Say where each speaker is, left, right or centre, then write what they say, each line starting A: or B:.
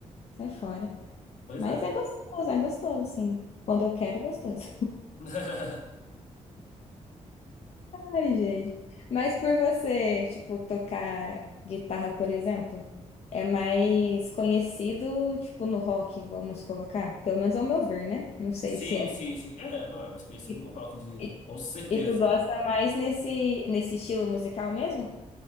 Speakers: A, on the left; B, on the left.
A: sai fora.
B: Pois
A: Mas
B: é.
A: é gostoso, é gostoso, sim. Quando eu quero, é gostoso.
B: <laughs>
A: Ai, gente. Mas por você, tipo, tocar guitarra, por exemplo, é mais conhecido, tipo, no rock, vamos colocar. Pelo menos ao meu ver, né? Não sei
B: Sim,
A: se é.
B: sim, sim. É, não, é mais conhecido
A: E,
B: no rock, eu diria.
A: e-
B: Com certeza.
A: e tu gosta mais nesse, nesse estilo musical mesmo?